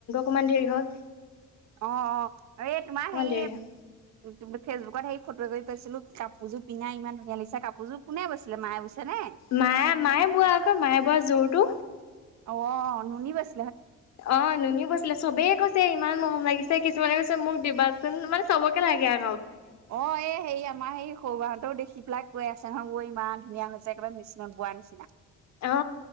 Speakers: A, on the left (about 60°); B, on the right (about 65°).
A: ইমান দেৰি হয়।
B: অ-অ এই তোমাৰ হেই
A: দেৰি হ'ল
B: কি ফেচবুকত হেৰি ফটো একপি পাইছিলো কাপোৰযোৰ পিন্ধা। ইমান ধুনীয়া লাগিছে কাপোৰযোৰ। কোনে বৈছিলে মায়ে বৈছে নে
A: মায়ে, মায়ে বোৱা আকৌ। মায়ে বোৱা জোৰটো।
B: অ নুনি বাছ
A: অ নুনি বৈছিলে। চবে কৈছে ইমান মৰম লাগিছে। কিছুমানে কৈছে মোক দিবাচোন। মানে চবকে লাগে আ
B: অ, এই হেই আমাৰ সেই সৌ বাহঁতৰো দেখি পেলাই কৈ আছে হয় ঔ ইমান ধুনীয়া হৈছে একেবাৰে মিচিনত বোৱা নিচিনা।
A: অ